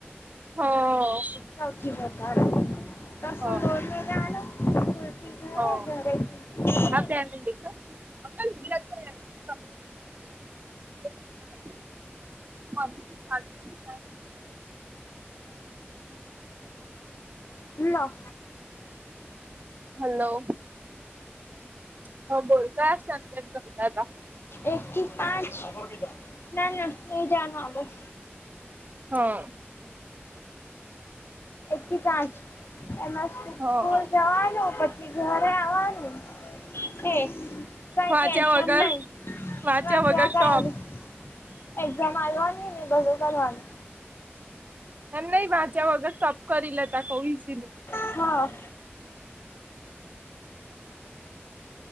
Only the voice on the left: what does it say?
સૌથી વધારે કશું
લોડ નહીં લેવાનો સ્કૂલથી ઘરે
ઘરેથી ઘરે
લો.
એકથી પાંચ નાના એજાનો આગ
એકથી પાંચ એમાં
સ્કૂલ જવાનું પછી કે ઘરે આવવાનું કે કંઈ
ટેન્શન
નઈ <unintelligible>
એક્ઝામ આલવાની એ બધું કરવાનું
હા.